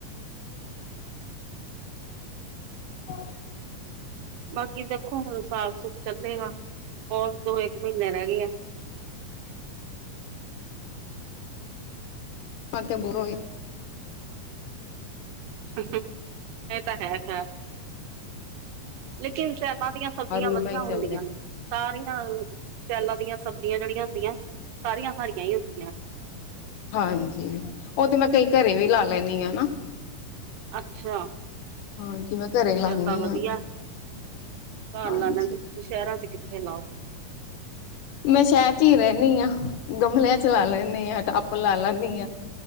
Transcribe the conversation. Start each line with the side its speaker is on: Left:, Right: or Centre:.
Left: <inaudible>
Right: ਬਾਕੀ ਦੇਖੋ ਹੁਣ ਸਾਗ ਸੁਗ ਚੱਲੇਗਾ ਔਰ ਦੋ ਏਕ ਮਹੀਨੇ ਰਹਿ ਗੇ ਆ।
Left: ਅ ਤੇ ਬੋ ਏ।
Right: <inaudible> ਐਹ ਤਾਂ ਹੈ ਖੈਰ ਲੇਕਿਨ ਸਿਆਲਾ ਦੀਆਂ ਸਬਜ਼ੀਆਂ
Left: ਰੂ
Right: ਵਧੀਆ
Left: ਬਾਈ
Right: ਹੁੰਦੀਆਂ
Left: ਚੱਲਦੇ
Right: ਨੇ।
Left: ਪਏ
Right: ਸਾਰੀਆਂ ਅ ਸਿਆਲਾਂ ਦੀਆਂ ਸਬਜ਼ੀਆਂ ਜਿਹੜੀਆਂ ਹੁੰਦੀਆਂ ਸਾਰੀਆਂ ਹਰੀਆਂ ਹੀ ਹੁੰਦੀਆਂ।
Left: ਹਾਂਜੀ ਉਹ ਤੇ ਮੈਂ ਕਈ ਘਰੇ ਵੀ ਲਾ ਲੈਂਨੀ ਆ ਨਾ।
Right: ਅੱਛਾ
Left: ਹਾਂ ਮੈਂ ਘਰੇ ਲਾਉਦੀ
Right: ਫੇਰ ਤਾਂ ਵਧੀਆ
Left: ਹਾਂ
Right: ਧਨ
Left: ਹਾਂਜੀ
Right: ਲਾ ਲ ਚ <unintelligible> ਤੁਸੀਂ ਸ਼ਹਿਰਾਂ 'ਚ ਕਿੱਥੇ ਲਾਓ।
Left: ਮੈਂ ਸ਼ਹਿਰ 'ਚ ਹੀ ਰਹਿੰਨੀ ਆ ਗਮਲਿਆਂ 'ਚ ਲਾ ਲੈਨੀ ਆ ਟੱਪ ਲਾ ਲੈਂਨੀ ਆ।